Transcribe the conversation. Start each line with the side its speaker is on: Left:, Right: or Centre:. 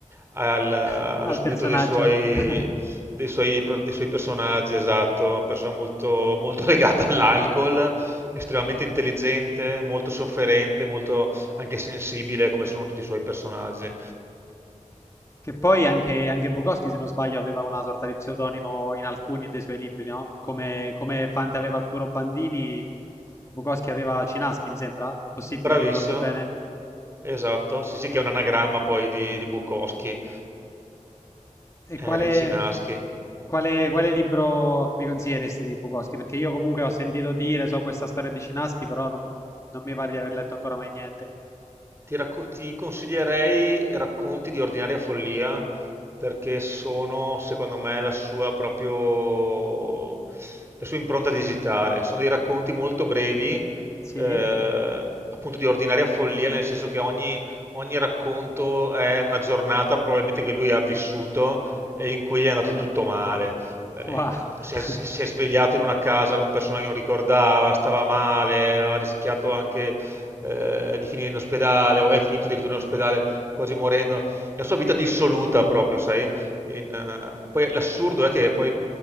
Right: al- allo
Left: <laughs> al
Right: spirito
Left: personaggio.
Right: dei suoi,
Left: <laughs>
Right: dei suoi pro- dei suoi personaggi, esatto, una persona molto, molto <laughs> legata all'alcol, estremamente intelligente, molto sofferente, molto anche sensibile, come sono tutti i suoi personaggi.
Left: Che poi anche, anche Bukowski, se non sbaglio, aveva una sorta di pseudonimo in alcuni dei suoi libri, no? Come, come Fante aveva Arturo Bandini, Bukowski aveva Cinaschi, mi sembra. È possibile,
Right: Bravissimo,
Left: mi ricordo bene.
Right: esatto, sì sì che è un anagramma poi di, di Bukowski,
Left: E quale,
Right: Henry Cinaschi.
Left: quale, quale libro mi consiglieresti di Bukowski? Perché io comunque ho sentito dire, so questa storia di Cinaschi, però non, non mi pare di aver letto ancora mai niente.
Right: Ti, racco- ti consiglierei Racconti di ordinaria follia perché sono, secondo me, la sua proprio la sua impronta digitale. Sono dei racconti molto brevi,
Left: Sì?
Right: eh, appunto di ordinaria follia, nel senso che ogni, ogni racconto è una giornata probabilmente che lui ha vissuto e in cui gli è andato tutto male. Eh,
Left: Wow.
Right: in- si
Left: <laughs>
Right: è, si è svegliato in una casa con persone che non ricordava, stava male, ha rischiato anche eh, di finire in ospedale, o è finito addirittura in ospedale quasi morendo, la sua vita dissoluta proprio, sai? In, eh, poi l'assurdo è che poi